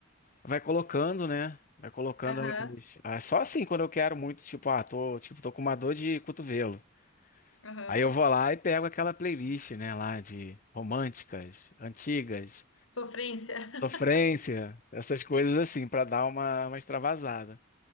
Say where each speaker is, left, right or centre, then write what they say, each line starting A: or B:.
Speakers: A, on the left; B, on the left.
A: vai colocando, né? Vai colocando
B: aham,
A: as- ah, só assim quando eu quero muito, tipo, ah, tô, tipo, tô com uma dor de cotovelo.
B: aham.
A: Aí eu vou lá e pego aquela playlist, né, lá de românticas, antigas,
B: Sofrência.
A: sofrência,
B: <laughs>
A: essas coisas assim, pra dar uma, uma extravasada.